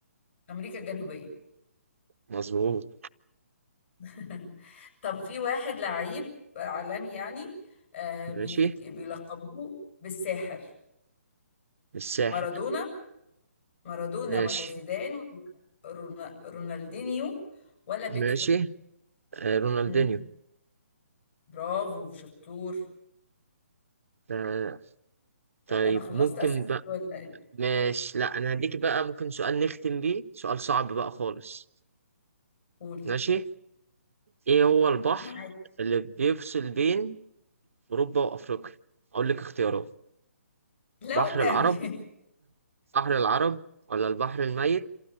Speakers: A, on the left; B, on the right.
A: امريكا الجنوبيه
B: مظبوط
A: <laughs> طب في واحد لعيب عالمي يعني آه
B: ماشي
A: بي بيلقبوه بالساحر
B: الساحر
A: مارادونا مارادونا
B: ماشي
A: ولا زيدان ولا رونا- رونالدينيو ولا بيكهام
B: ماشي آه رونالدينيو
A: مم. برافو شطور
B: آه طيب
A: انا خلصت
B: ممكن
A: اسئله
B: بقى
A: ولا
B: ماشي لا أنا هديك بقى ممكن سؤال نختم بيه سؤال صعب بقى خالص
A: قول
B: ماشي إيه هو البحر
A: معاك
B: اللي بيفصل بين أوروبا وأفريقيا؟ أقول لك اختيارات
A: لا
B: بحر
A: والنبي
B: العرب
A: <laughs>
B: بحر العرب ولا البحر الميت